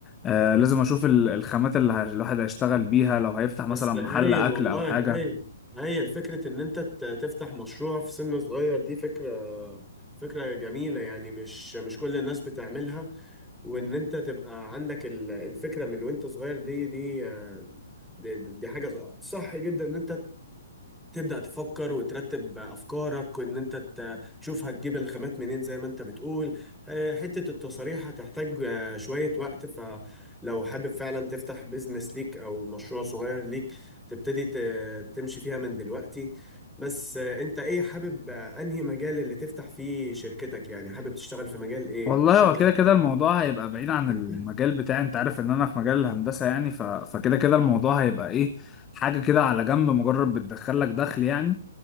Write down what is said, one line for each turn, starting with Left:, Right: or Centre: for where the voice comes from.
Left: آه لازم اشوف ال- الخامات اللي ه- الواحد هيشتغل بيها لو هيفتح مثلا
Centre: بس
Left: محل
Centre: هايل
Left: اكل
Centre: والله
Left: او حاجه
Centre: هايل هايل فكرة إن أنت ت- تفتح مشروع في سن صغير دي فكرة فكرة جميلة يعني مش مش كل الناس بتعملها وإن أنت تبقى عندك ال- الفكرة من وأنت صغير دي دي آه، دي, دي حاجة صح جدا إن أنت تبدأ تفكر وترتب أفكارك وإن أنت ت- تشوف هتجيب الخامات منين زي ما أنت بتقول آه، حتة التصاريح هتحتاج آه، شوية وقت فلو حابب فعلا تفتح بيزنس ليك أو مشروع صغير ليك تبتدي ت- تمشي فيها من دلوقتي بس آه، أنت إيه حابب آه، أنهي مجال اللي تفتح فيه شركتك يعني حابب تشتغل في مجال إيه
Left: والله
Centre: الشركة
Left: هو كده
Centre: تبقى-
Left: كده الموضوع هيبقى بعيد عن المجال
Centre: <clears throat>
Left: بتاعي انت عارف ان انا في مجال الهندسة يعني ف... فكده كده الموضوع هيبقى ايه حاجة كده على جنب مجرد بتدخل لك دخل يعني